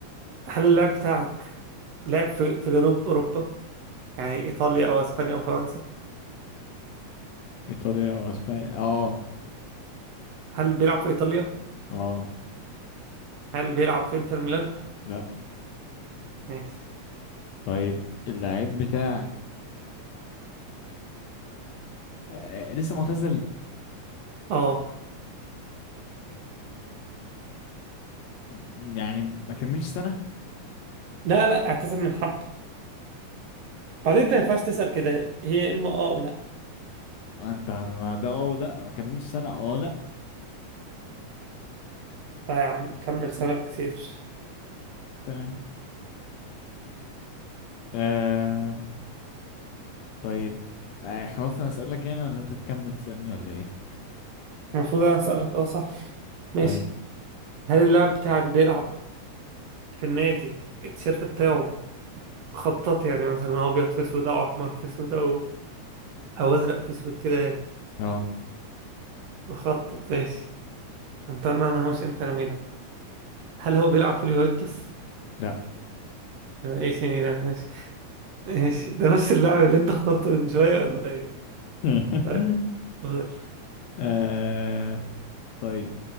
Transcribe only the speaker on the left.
ايطاليا او اسبانيا اه
اه
لا
طيب اللعيب بتاعك آه، آه، لسه معتزل
م- يعني ما كملش سنة
انت ما ده اه لا ما كملش سنة اه لا
تمام آه طيب آه خلاص انا اسألك يعني ولا انت تكمل تسألني ولا ايه
طيب
اه
لا
<laughs>
آه طيب